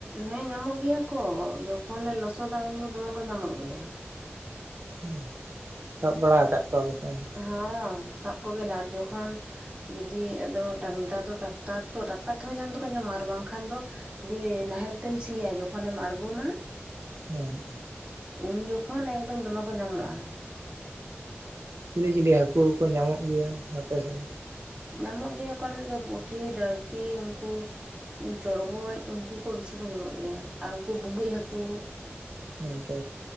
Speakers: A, on the right; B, on the right.
A: ᱦᱮᱸ ᱧᱟᱢᱚᱜ ᱜᱮᱭᱟ ᱠᱚ ᱡᱚᱠᱷᱚᱱ ᱞᱮ ᱞᱚᱥᱚᱫᱟ ᱩᱱ ᱫᱚ ᱫᱚᱢᱮ ᱠᱚ ᱧᱟᱢᱚᱜ ᱜᱮᱭᱟ᱾
B: ᱦᱮᱸ, ᱥᱟᱵ ᱵᱟᱲᱟᱣ ᱟᱠᱟᱜ ᱠᱚᱣᱟ ᱯᱮᱥᱮ ᱵᱟᱝ?
A: ᱦᱚᱸ᱾ ᱥᱟᱵ ᱠᱚᱜᱮᱭᱟᱞᱮ ᱟᱨ ᱡᱚᱠᱷᱚᱱ ᱡᱩᱫᱤ ᱟᱫᱚ ᱴᱟᱠ ᱱᱮᱛᱟᱨ ᱫᱚ ᱴᱟᱠ ᱴᱟᱨ ᱛᱚ ᱴᱟᱠᱴᱟᱨ ᱛᱮᱦᱚᱸ ᱧᱟᱢ ᱫᱚᱠᱚ ᱧᱟᱢᱟ ᱟᱨ ᱵᱟᱝᱠᱷᱟᱱ ᱫᱚ ᱡᱮ ᱱᱟᱦᱮᱞ ᱛᱮᱢ ᱥᱤᱭᱟ ᱡᱚᱠᱷᱚᱱᱮᱢ ᱟᱬᱜᱚᱢᱟ
B: ᱦᱮᱸ᱾
A: ᱩᱱ ᱡᱚᱠᱷᱚᱱ ᱮᱠᱫᱚᱢ ᱫᱚᱢᱮ ᱠᱚ ᱧᱟᱢᱚᱜᱼᱟ᱾
B: ᱪᱤᱞᱤ ᱪᱤᱞᱤ ᱦᱟᱹᱠᱩ ᱠᱚ ᱧᱟᱢᱚᱜ ᱜᱮᱭᱟ ᱟᱯᱮ ᱥᱮᱱ?
A: ᱧᱟᱢᱚᱜ ᱜᱮᱭᱟ ᱠᱚ ᱟᱞᱮᱥᱮᱫ ᱫᱚ ᱯᱩᱴᱷᱤ, ᱰᱟᱹᱲᱠᱤ, ᱩᱱᱠᱩ ᱪᱚᱲᱜᱚᱡ ᱩᱱᱠᱩ ᱠᱚ ᱵᱤᱥᱤ ᱛᱤ ᱠᱚ ᱧᱟᱢᱚᱜ ᱜᱮᱭᱟ᱾ ᱟᱨ ᱩᱱᱠᱩ ᱵᱩᱸᱵᱩᱡ ᱦᱟᱹᱠᱩ
B: ᱟᱪᱪᱷᱟ